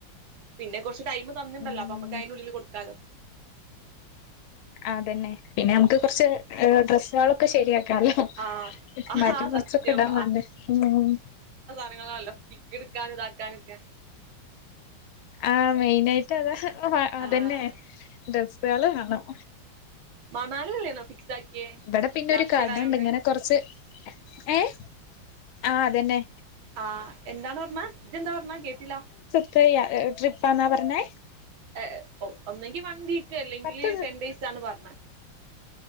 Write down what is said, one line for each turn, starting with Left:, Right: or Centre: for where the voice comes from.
Right: പിന്നെ കുറച്ച് ടൈം തന്നിണ്ടല്ലോ
Left: ഉം
Right: അപ്പ നമുക്ക് അയന്റ്ള്ളില് കൊടുക്കാലോ
Left: ആഹ് അതന്നെ പിന്നെ നമുക്ക് കുറച്ച് ഡ്രസ്സുകളും ഒക്കെ ശരിയാക്കാലോ
Right: ആഹ് ആഹാ
Left: മാറ്റിമറിച്ചൊക്കെ
Right: സത്യം
Left: ഇടാൻ വേണ്ടേ ഉം
Right: -ങളാണല്ലോ പിക്ക് എടുക്കാനും ഇതാക്കാനൊക്കെ
Left: ആഹ് മെയിൻ ആയിട്ട് അത് ഹ അതന്നെ
Right: ആഹ്
Left: ഡ്രസ്സ്‌സുകള് വേണം
Right: മണാലിയല്ലേന്നോ ഫിക്സ് ആക്കിയേ
Left: ഇവിടെ പിന്നെ
Right: ലാസ്റ്റ്
Left: ഒരു കട
Right: ഇയർ ആയോണ്ട്
Left: ഉണ്ട് ഇങ്ങനെ കൊറച്ച് ഏഹ് ആഹ് അതെന്നെ
Right: ആഹ് എന്താന്ന് പറഞ്ഞാ ഇജ്ജെന്താ പറഞ്ഞാ കേട്ടില്ലാ
Left: ഇപ്പ യ ഏഹ് ട്രിപ്പാന്നാ പറഞ്ഞഹ്
Right: ഏഹ് ഒന്നെങ്കിൽ വൺ വീക്ക് അല്ലെങ്കില്
Left: പത്ത്
Right: ടെൻ ഡേയ്സ് ആണ് പറഞേ